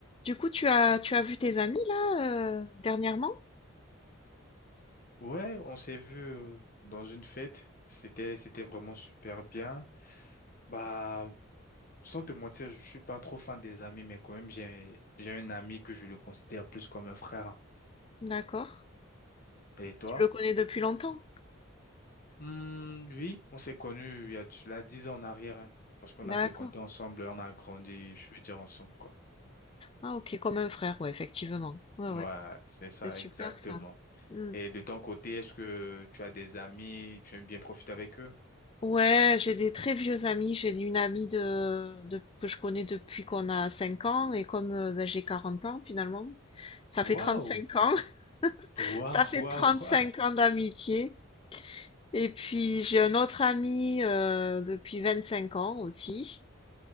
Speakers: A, on the left; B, on the left.
A: Du coup, tu as tu as vu tes amis là, heu, dernièrement?
B: Ouais, on s'est vu euh, dans une fête. C'était, c'était vraiment super bien. Bah, sans te mentir, je suis pas trop fan des amis, mais quand même, j'ai, j'ai un ami que je le considère plus comme un frère. hein.
A: D'accord.
B: Et toi?
A: Tu le connais depuis longtemps?
B: Hmm, oui, on s'est connus il y a de cela dix ans en arrière, hein, parce qu'on a
A: D'accord.
B: fréquenté ensemble, on a grandi, je veux dire ensemble, quoi.
A: Ah OK, comme un frère, ouais, effectivement. Ouais,
B: Ouais,
A: ouais,
B: c'est ça,
A: c'est super
B: exactement.
A: ça. Mmh.
B: Et de ton côté, est-ce que tu as des amis, tu aimes bien profiter avec eux?
A: Ouais, j'ai des très vieux amis. J'ai une amie de de que je connais depuis qu'on a 5 ans et comme, heu, bah, j'ai 40 ans finalement, ça fait
B: Waouh!
A: trente cinq ans. <laughs>
B: Waouh,
A: Ça fait
B: waouh!
A: trente cinq
B: <laughs>
A: ans d'amitié et puis j'ai un autre ami, heu, depuis cinq ans aussi.